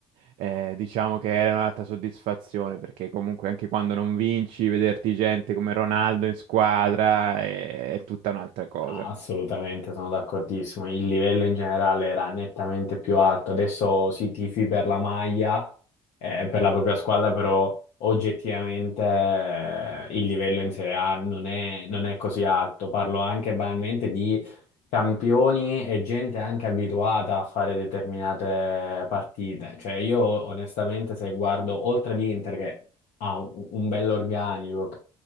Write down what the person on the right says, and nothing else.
Eh, diciamo che era un'altra soddisfazione, perché comunque anche quando non vinci, vederti gente come Ronaldo in squadra è, è tutta un'altra cosa.